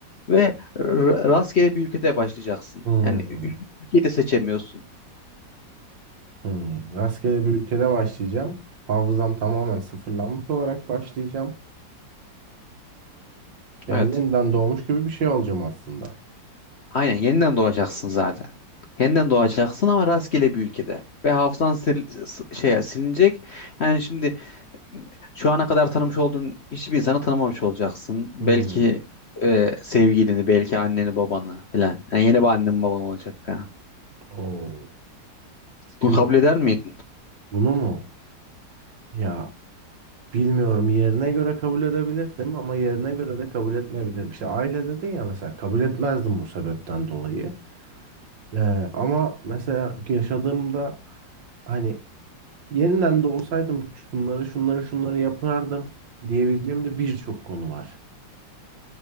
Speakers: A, on the left; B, on the right.
A: ve r- rastgele bir ülkede başlayacaksın.
B: Hmm,
A: Yani ül- ülkeyi de seçemiyorsun.
B: hmm. Rastgele bir ülkede başlayacağım. Hafızam tamamen sıfırlanmış olarak başlayacağım. Yani
A: Evet.
B: yeniden doğmuş gibi bir şey olacağım aslında.
A: Aynen yeniden doğacaksın zaten. Yeniden doğacaksın ama rastgele bir ülkede. Ve hafızan sil, s- şeye silinecek. Yani şimdi şu ana kadar tanımış olduğun hiçbir insanı tanımamış olacaksın. Belki
B: Hmm.
A: e, sevgilini, belki anneni, babanı falan. Yani yeni bir annen baban olacak falan.
B: Oo. Şimdi
A: Bunu kabul eder miydin?
B: bunu mu? Ya bilmiyorum. Yerine göre kabul edebilirdim ama yerine göre de kabul etmeyebilirim. İşte aile dedin ya mesela kabul etmezdim bu sebepten dolayı. Ee, ama mesela yaşadığımda hani yeniden de olsaydım şunları şunları şunları yapardım diyebileceğim de birçok konu var.